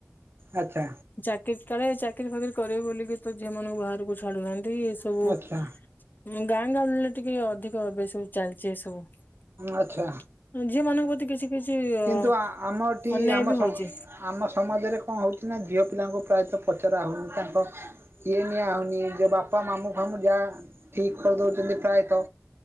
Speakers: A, on the right; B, on the left.
A: ଆଚ୍ଛା
B: ଚାକିରି କାଳେ ଚାକ ଚାକିରି ଫାକିରି କରିବ ବୋଲିକି ତ ଝୀଅମାନଙ୍କୁ ବାହାରକୁ ଛାଡୁନାହାନ୍ତି। ନ୍ତି ଏ ସବୁ
A: ଆଚ୍ଛା
B: ଗାଁ ଗାଉଁଲି ଟିକେ ଅଧିକ ଏବେ ସବୁ ଚାଲିଛି ଏ ସବୁ
A: ଆଚ୍ଛା
B: ଝିଅ ମାନଙ୍କ ପ୍ରତି କିଛି କିଛି ଅ
A: ତୁ ଆମଟି
B: ଅନ୍ୟାୟ
A: ଆମ
B: ବି ହଉଛି।
A: ଆମ ସମାଜରେ କଣ ହେଉଛି ସିନା ଝିଅ ପିଲାଙ୍କୁ ପ୍ରାୟତଃ ପଚରା ହଉନି ତାଙ୍କ ଇଏ ନିଆ ହଉନି ଯେ ବାପା ପାପା ମାମୁଁ ଫାମୁଁ ଯା ଠିକ୍ କରିଦଉଛନ୍ତି ପ୍ରାୟ ତ